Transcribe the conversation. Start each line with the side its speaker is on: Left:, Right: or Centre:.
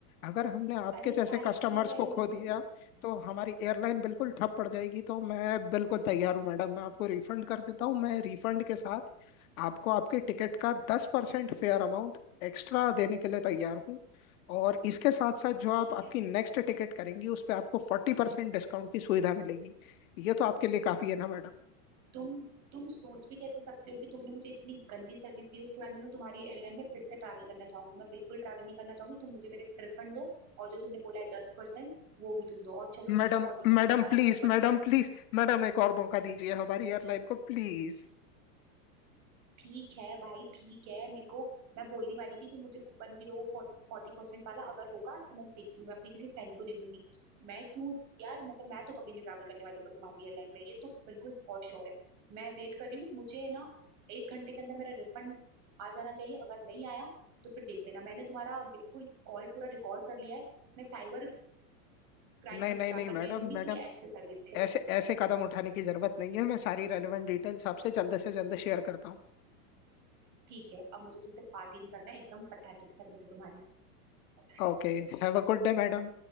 Left: अगर हमने आपके
Right: अरे
Left: जैसे
Right: काय
Left: कस्टमर्स
Right: क्या वैल्यू
Left: को खो दिया तो हमारी एयरलाइन बिल्कुल ठप पड़ जाएगी तो मैं बिल्कुल तैयार हूँ मैडम मैं आपको रिफंड कर देता हूँ मैं रिफंड के साथ आपको आपकी टिकट का दस परसेंट फेयर अमाउंट एक्स्ट्रा देने के लिए तैयार हूँ और इसके साथ साथ जो आप
Right: ठीक
Left: आपकी
Right: है
Left: नेक्स्ट टिकट करेंगी उस पे आपको फोर्टी परसेंट डिस्काउंट की सुविधा मिलेगी ये तो आपके लिए काफी है ना madam
Right: तुम तुम सोच भी कैसे सकते हो कि तुमने मुझे इतनी गंदी सर्विस दी उसके बाद में मैं तुम्हारी एयरलाइन में फिर से ट्रैवल करना चाहूंगी मैं बिल्कुल ट्रैवल नहीं करना चाहूंगी तुम मुझे मेरे रिफंड दो और जो तुमने बोला है दस परसेंट वो भी तुम दो और चलो ठीक
Left: Madam
Right: है फोर्टी
Left: madam
Right: परसेंट वाला
Left: please
Right: कूपन
Left: madam
Right: भी
Left: please madam एक और मौका दीजिए हमारी एयरलाइन को प्लीज
Right: ठीक है भाई ठीक है मेरे को मैं बोलने वाली थी तुम मुझे कूपन भी दो फोर्टी परसेंट वाला अगर होगा तो मैं देखती हूँ मैं अपनी किसी फ्रेंड को दे दूंगी मैं क्यों यार मतलब मैं तो कभी नहीं ट्रैवल करने वाली पर तुम्हारी एयरलाइन में ये तो बिल्कुल फॉर श्योर है मैं वेट कर रही हूँ मुझे ना एक घंटे के अंदर मेरा रिफंड आ जाना चाहिए अगर नहीं आया तो फिर देख लेना मैंने तुम्हारा बिल्कुल कॉल पूरा रिकॉर्ड कर लिया है मैं साइबर क्राइम
Left: नहीं
Right: में
Left: नहीं
Right: जाकर
Left: नहीं मैडम
Right: दे दूंगी
Left: मैडम
Right: कि ये ऐसे सर्विस देते
Left: ऐसे
Right: हैं
Left: ऐसे कदम उठाने की जरूरत नहीं है मैं सारी रेलेवेंट डिटेल्स आपसे जल्द से जल्द शेयर करता हूँ
Right: ठीक है अब मुझे तुमसे बात ही नहीं करना है एकदम पथेटिक सर्विस है तुम्हारी पथेटिक
Left: Okay Have a good day madam